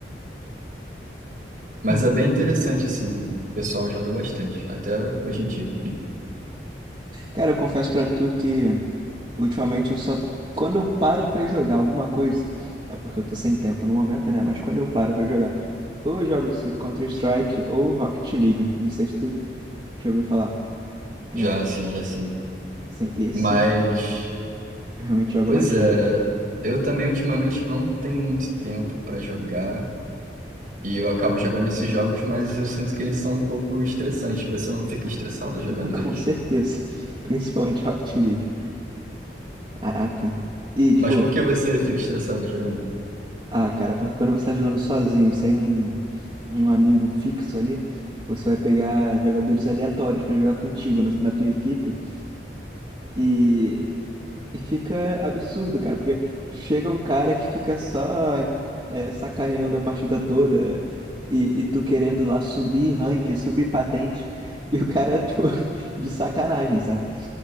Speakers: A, on the right; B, on the right.
A: Mas
B: Hum.
A: é bem interessante, assim, o pessoal joga bastante, até hoje em dia,
B: Cara, eu confesso pra tu que Ultimamente eu só. Quando eu paro pra jogar alguma coisa, é porque eu tô sem tempo no momento, né? Mas quando eu paro pra jogar, ou eu jogo esse Counter-Strike ou Rocket League. Não sei se tu já ouviu falar. É,
A: já assim, já assim.
B: assim, esse
A: Mas,
B: eu realmente joga
A: pois
B: bastante.
A: é, eu também ultimamente não tenho muito tempo para jogar, e eu acabo jogando esses jogos, mas eu sinto que eles são um pouco estressantes. Você não fica estressado jogando
B: <laughs> Com
A: eles?
B: certeza. Principalmente Rocket League. Caraca. E, tipo,
A: Mas por que você fica estressado jogando?
B: ah, cara, porque quando você tá jogando sozinho, sem um, um amigo fixo ali, você vai pegar jogadores aleatórios pra jogar contigo na na tua equipe. E. E fica absurdo, cara, porque chega um cara que fica só é, sacaneando a partida toda e, e tu querendo lá subir rank, subir patente, e o cara, tipo, <laughs> de sacanagem, sabe?